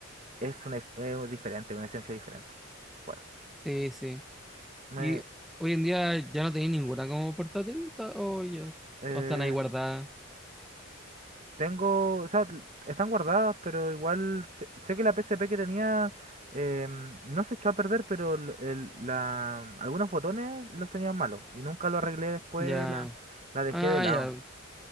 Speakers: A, on the right; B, in the centre.
A: es un es, es diferente, una esencia diferente. Bueno,
B: Sí, sí.
A: me,
B: Y hoy en día ya no tenéis ninguna como portátil. ta- O, ya,
A: eh,
B: o están ahí guardadas.
A: Tengo, o sea, están guardadas, pero igual sé, sé que la PSP que tenía em, no se echó a perder, pero lo- el- la, algunos botones los tenían malos y nunca lo arreglé después,
B: Ya.
A: la, la dejé
B: Ah,
A: de lado.
B: ya.